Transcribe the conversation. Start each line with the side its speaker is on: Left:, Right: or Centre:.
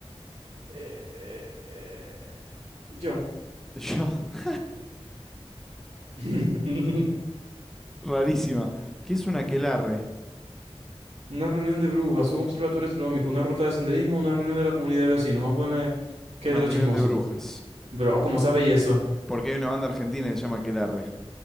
Right: Eh, eh, yo.
Centre: Yo, <laughs>
Right: <laughs>
Centre: rarísima. ¿Qué es un aquelarre?
Right: Una reunión de brujas, un observatorio astronómico, una ruta de senderismo, una reunión de la comunidad de vecinos. Vamos a poner que
Centre: Una
Right: es de
Centre: reunión
Right: los chismosos.
Centre: de brujas.
Right: Pero, ¿cómo sabe y eso?
Centre: Porque hay una banda argentina que se llama Aquelarre.